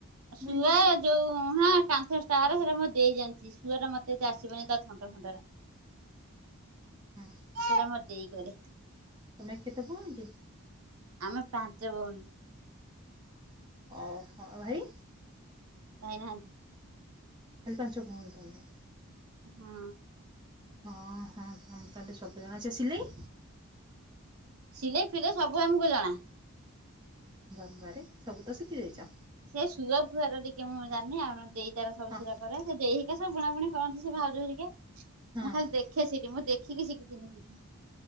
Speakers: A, on the right (about 20°); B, on the right (about 80°).
A: ବୁଣି
B: ଶୁଆ
A: ପାରୁଛ?
B: ଯୋଉ ହଁ ହଁ କାନ୍ଥ ଷ୍ଟାର୍ ସେରା ମୋ ଦେଇ ଯାଣିଚି, ଶୁଆ ଟା ମତେ ଏ ଆସିବନି ତା ଥଣ୍ଟ ଫଣ୍ଟାରା।
A: ହୁଁ ହୁଁ।
B: ସେରା ମୋ ଦେଇ କରେ।
A: ତମେ କେତେ ଭଉଣି କି?
B: ଆମେ ପାଞ୍ଚ ଭଉଣୀ।
A: ଓହୋ। ଭାଇ?
B: ଭାଇ ନାହାନ୍ତି।
A: ଖାଲି ପାଞ୍ଚ ଭଉଣୀ ତାହେଲେ?
B: ହୁଁ।
A: ହଁ ହଁ ତମୁ ତାହେଲେ ସବୁ ଜଣା ଅଛି। ଆ ସିଲେଇ?
B: ସିଲେଇ ଫିଲେଇ ସବୁ ଆମକୁ ଜଣା।
A: ବାବାରେ ସବୁ ତ ଶିଖିଦେଇଚ।
B: ସେ ସୁୁଆ ଫୁଆର ଟିକେ ମୁଁ ଜାନନି ଆଉ ନନେ ଦେଇ ତାର ସବୁ
A: ହଁ
B: ସେରା କରେ। ସେ ଦେଇ ଏ ସବୁ ବୁଣାବୁଣି କରନ୍ତି ସେ ଭାଉଜ ହେରିକା। ମୁଁ
A: ହଁ।
B: ଖାଲି ଦେଖେ ସେଇଠି ମୁଁ ଦେଖିକି ଶିଖିଥିଲି ସେଇଠି।